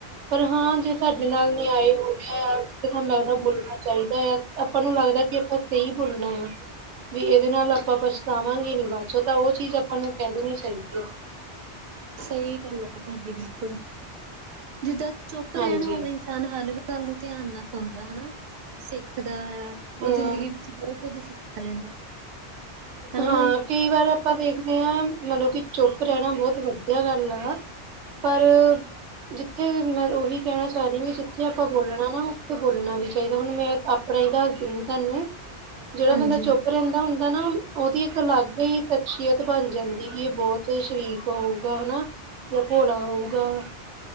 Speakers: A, on the right (about 85°); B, on the right (about 60°).
A: ਪਰ ਹਾਂ ਜੇ ਸਾਡੇ ਨਾਲ ਨਿਆਏ ਹੋ ਰਿਹਾ ਆ ਤੁਹਾਨੂੰ ਲੱਗਦਾ ਬੋਲਣਾ ਚਾਹੀਦਾ ਆ ਆਪਾਂ ਨੂੰ ਲੱਗਦਾ ਕਿ ਆਪਾਂ ਸਹੀ ਬੋਲਣਾ ਆ ਵੀ ਇਹਦੇ ਨਾਲ ਆਪਾਂ ਪਛਤਾਵਾਂਗੇ ਨੀ ਬਾਅਦ ਚੋਂ ਤਾਂ ਉਹ ਚੀਜ਼ ਆਪਾਂ ਨੂੰ ਕਹਿ ਦੇਣੀ ਚਾਹੀਦੀ ਹੈ।
B: ਸਹੀ ਗੱਲ ਆ ਤੁਹਾਡੀ ਬਿਲਕੁਲ ਜਿੱਦਾਂ ਚੁੱਪ
A: ਹਾਂਜੀ
B: ਰਹਿਣ ਵਾਲਾ ਇਨਸਾਨ ਹਰ ਇੱਕ ਗੱਲ ਨੂੰ ਧਿਆਨ ਨਾ ਸੁਣਦਾ ਹਨਾ ਸਿੱਖ ਦਾ ਆ। ਉਹ
A: ਹੂੰ
B: ਜ਼ਿੰਦਗੀ ਵਿੱਚ ਬਹੁਤ ਕੁੱਝ ਸਿੱਖਾ ਲੈਂਦਾ। ਹਨਾ
A: ਹਾਂ
B: ਮੈਮ।
A: ਕਈ ਵਾਰ ਆਪਾਂ ਦੇਖਦੇ ਹਾਂ ਮਤਲਬ ਕਿ ਚੁੱਪ ਰਹਿਣਾ ਬਹੁਤ ਵਧੀਆ ਗੱਲ ਆ। ਪਰ ਜਿੱਥੇ ਮੈਂ ਉਹੀ ਕਹਿਣਾ ਚਾਹ ਰਹੀ ਵੀ ਜਿੱਥੇ ਆਪਾਂ ਬੋਲਣਾ ਨਾ ਉੱਥੇ ਬੋਲਣਾ ਵੀ ਚਾਹੀਦਾ ਹੁਣ ਮੈਂ ਆਪ ਆਪਣਾ ਹੀ ਦੱਸ ਦਿੰਦੇ ਤੁਹਾਨੂੰ ਜਿਹੜਾ
B: ਹਾਂਜੀ
A: ਬੰਦਾ ਚੁੱਪ ਰਹਿੰਦਾ ਹੁੰਦਾ ਨਾ ਉਹਦੀ ਇੱਕ ਅਲੱਗ ਹੀ ਸ਼ਖਸੀਅਤ ਬਣ ਜਾਂਦੀ ਕਿ ਇਹ ਬਹੁਤ ਸ਼ਰੀਫ ਹੋਊਗਾ ਹਨਾ। <unintelligible>